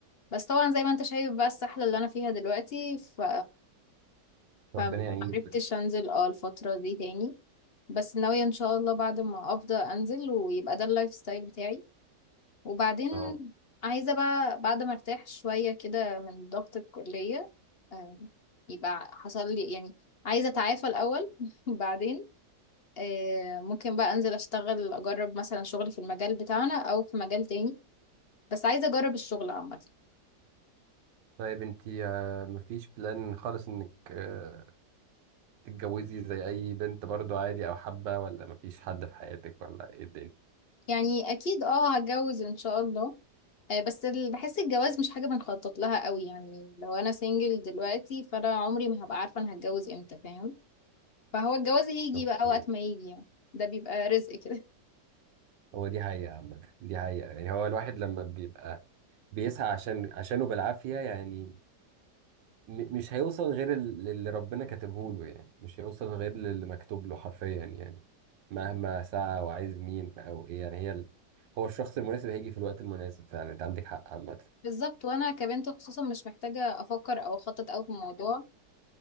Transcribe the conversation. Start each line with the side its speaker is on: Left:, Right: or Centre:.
Left: بس طبعا زي ما انت شايف بقى السحلة اللي انا فيها دلوقتي ف...
Right: ربنا
Left: فمعرفتش
Right: يعينك بجد ان
Left: انزل اه الفترة دي تاني بس ناوية ان شاء الله بعد ما افضى انزل ويبقى ده اللايف ستايل بتاعي وبعدين
Right: شاء الله
Left: عايزة بقى بعد ما ارتاح شوية كده من ضغط الكلية آه، يبقى حصل لي يعني عايزة اتعافى الاول <laughs> بعدين آه، ممكن بقى انزل اشتغل اجرب مثلا شغلي في المجال بتاعنا او في مجال تاني بس عايزه اجرب الشغل عامه
Right: طيب انت آه، مفيش بلان خالص انك آه، تتجوزي زي اي بنت برضو عادي او حابه ولا مفيش حد في حياتك ولا ايه الدنيا
Left: يعني اكيد اه هتجوز ان شاء الله آه، بس ال- بحس الجواز مش حاجه بنخطط لها قوي يعني لو انا سنجل دلوقتي فانا عمري ما هبقى عارفه انا هتجوز امتى فاهم فهو الجواز هيجي
Right: اوكي
Left: بقى وقت ما يجي يعني ده بيبقى رزق كده
Right: هو دي حقيقة عامة دي حقيقة يعني هو الواحد لما بيبقى بيسعى عشان عشانه بالعافية يعني م- مش هيوصل غير ال- اللي ربنا كاتبه له يعني مش هيوصل غير اللي مكتوب له حرفيا يعني مهما سعى وعايز مين او ايه يعني هي ال... هو الشخص المناسب هيجي في الوقت المناسب فعلا انت عندك حق عامة
Left: <laughs> بالظبط وانا كبنت خصوصا مش محتاجه افكر او اخطط قوي في الموضوع